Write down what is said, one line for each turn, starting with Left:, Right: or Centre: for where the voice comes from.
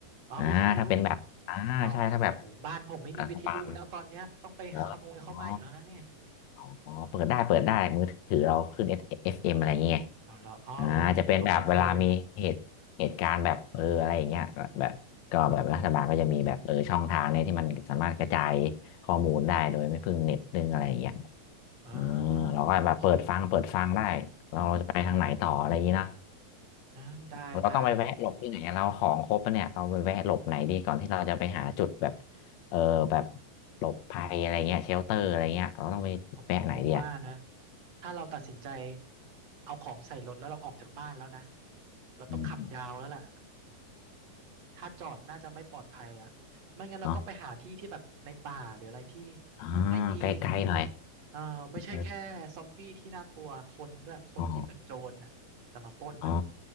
Right: อ๋อวิทยุ
Left: อ่าถ้าเป็นแบบอ่าใช่ถ้าแบบ
Right: เอาบ้านผมไม่มีวิทยุแล้วตอนเนี้ยต้องไปขโมยเข้ามาอีกแล้วนะเนี่ย
Left: รัฐบาลเหรออ๋อ อ๋อเปิดได้เปิดได้มือถือเราขึ้น FM อฟเอ็มอะไรอย่างเงี้ย
Right: เอาละอ๋อเออผมก็ไม่เคย
Left: อ่าจะเป็นแบบเวลามีเหตุเหตุการณ์แบบเอออะไรอย่างเงี้ยก็แบบก็แบบรัฐบาลก็จะมีแบบเออช่องทางเนี่ยที่มันสามารถกระจายข้อมูลได้โดยไม่พึ่งเน็ตพึ่งอะไรอย่างเงี้ย
Right: อ่า
Left: เออเราก็แบบเปิดฟังเปิดฟังได้เราเราจะไปทางไหนต่ออะไรอย่างงี้นะ
Right: โอเค อ่าได้ได้โอเค
Left: เราต้องไปแวะหลบที่ไหนเราของครบปะเนี่ยเราไปแวะหลบไหนดีก่อนที่เราจะไปหาจุดแบบเออแบบหลบภัยอะไรเงี้ยเชลเตอร์อะไรเงี้ยเราต้องไปแวะไหนดีอะ
Right: ผมผมว่านะถ้าเราตัดสินใจเอาของใส่รถแล้วเราออกจากบ้านแล้วนะเราต้องขับยาวแล้วล่ะ
Left: อืม
Right: ถ้าจอดน่าจะไม่ปลอดภัยละไม่งั้นเราต้องไปหาที่ที่แบบในป่าหรืออะไรที่
Left: เนาะอ่า
Right: ไม่มี
Left: ไกลๆหน่อย
Right: เอ่อไม่ใช่แค่ซอมบี้ที่น่ากลัวคนด้วยคนที่เป็นโจรน่ะจะมาปล้นน่ะ
Left: เอออ๋ออ๋อ